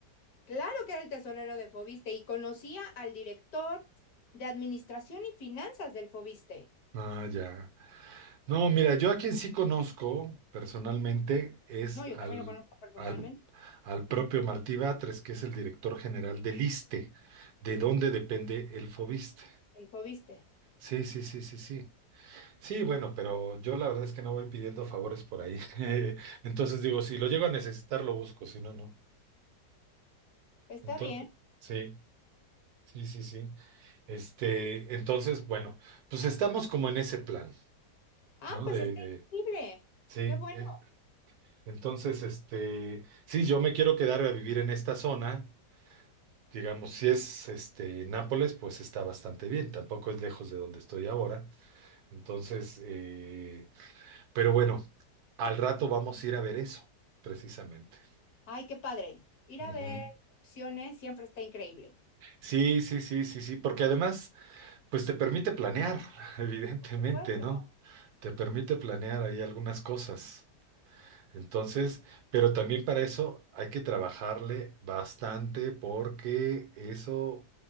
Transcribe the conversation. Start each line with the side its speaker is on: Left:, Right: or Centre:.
Left: Claro que era el tesorero de Fobiste y conocía al director de Administración y Finanzas del Fobiste.
Right: ah, ya. No, mira, yo a quien sí conozco personalmente es
Left: No, yo
Right: al,
Left: también lo conozco personalmente,
Right: al, al propio Martí Batres, que es el director general del ISSSTE, de donde depende el Fobiste.
Left: el Fobiste.
Right: Sí, sí, sí, sí, sí. Sí, bueno, pero yo la verdad es que no voy pidiendo favores por ahí. <laughs> Entonces digo, si lo llego a necesitar, lo busco, si no, no.
Left: Está
Right: Entonces,
Left: bien.
Right: sí, sí, sí, sí. Este, entonces, bueno, pues estamos como en ese plan,
Left: Ah,
Right: ¿no?
Left: pues
Right: De,
Left: está
Right: de-
Left: increíble.
Right: sí,
Left: Qué bueno.
Right: eh, entonces, este, sí, yo me quiero quedar a vivir en esta zona, digamos, si es, este, Nápoles, pues está bastante bien, tampoco es lejos de donde estoy ahora, entonces, eh, Pero bueno, al rato vamos a ir a ver eso, precisamente.
Left: Ay, qué padre. Ir
Right: Ujú.
Left: a ver opciones siempre está increíble.
Right: Sí, sí, sí, sí, sí, porque además, pues te permite planear, <laughs> evidentemente,
Left: Por supuesto.
Right: ¿no? Te permite planear ahí algunas cosas. Entonces, pero también para eso hay que trabajarle bastante porque eso,